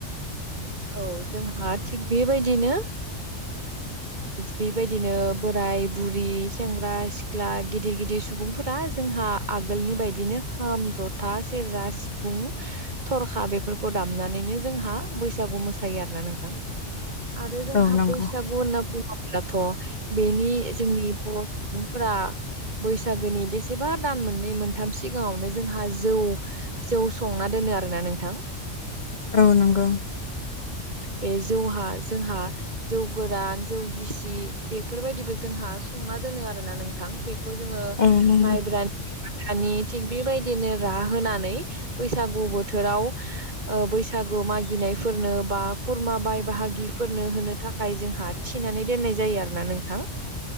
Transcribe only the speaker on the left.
औ नंगौ
औ नंगौ।
औ नंगौ